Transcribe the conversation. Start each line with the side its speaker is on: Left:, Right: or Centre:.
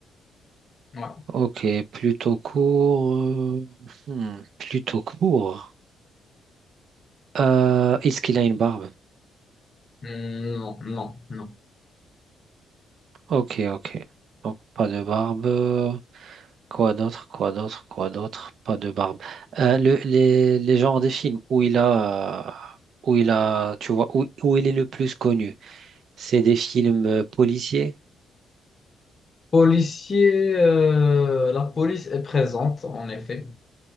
Left: Ouais.
Right: Ok, plutôt court. euh, hmm, plutôt court. Euh, est-ce qu'il a une barbe?
Left: Non, non, non.
Right: Ok, ok. Donc pas de barbe. Quoi d'autre? Quoi d'autre? Quoi d'autre? Pas de barbe. Euh, le, les, les genres des films où il a, euh, où il a, tu vois, où, où il est le plus connu, c'est des films euh, policiers.
Left: Policier, euh, la police est présente, en effet.